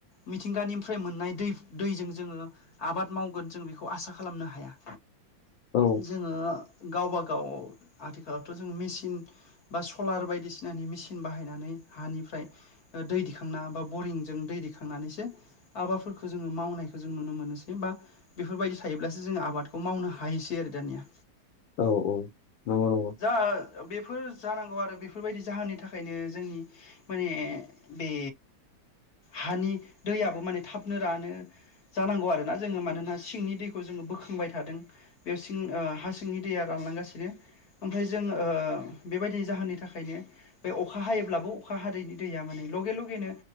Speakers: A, on the left (about 50°); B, on the left (about 85°).
A: मिथिंगानिफ्राय मोननाय दै दैजों जोङो आबाद मावगोन जों बेखौ आसा खालामनो हाया।
B: औ
A: जोङो गावबा गाव आथिखालावथ' जों मेचिन बा सलार बायदिसिनानि मेसिन बाहायनानै हानिफ्राय दै दिखांना बा बरिंजों दै दिखांनानैसो आबादफोरखौ जोङो मावनायखौ जों नुनो मोनोसै बा बेफोरबायदि थायोब्लासो जोङो आबादखौ मावनो हायोसै आरो दानिया।
B: औ औ नंगौ नंगौ
A: जा बेफोर जानांगौ आरो बेफोरबायदि जाहोननि थाखायनो जोंनि माने बे हानि दैयाबो माने थाबनो रानो। जानांगौ आरोना जोङो मानोना सिंनि दैखौ जोङो बोखांबाय थादों। बेयाव सिं हा सिंनि दैया रानलांगासिनो ओमफ्राय जों बेबायदि जाहोननि थाखायनो बे अखा हायोब्लाबो अखा हादैनि दैया माने लगे लगेनो